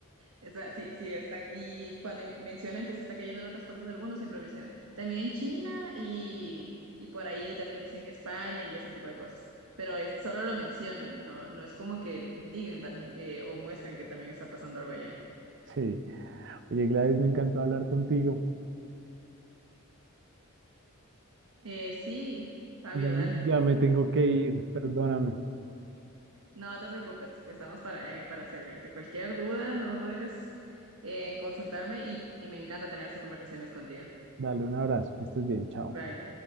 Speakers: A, on the right; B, on the right.
A: Esa, sí, sí, están. Y cuando mencionan que se está cayendo en otras partes del mundo, siempre mencionan. También en China y, y por ahí también dicen España y ese tipo de cosas. Pero es, solo lo mencionan, no, no es como que digan también eh, o muestren que también está pasando algo allá.
B: Sí. Oye, Gladys, me encantó hablar contigo.
A: Eh, sí, Fabio,
B: Ya,
A: dale.
B: ya me tengo que ir, perdóname.
A: No te preocupes, que estamos para, eh, para servirte. Cualquier duda, no dudes en consultarme y, y me encanta tener estas conversaciones contigo.
B: Dale un abrazo, que estés bien, chao.
A: Bye.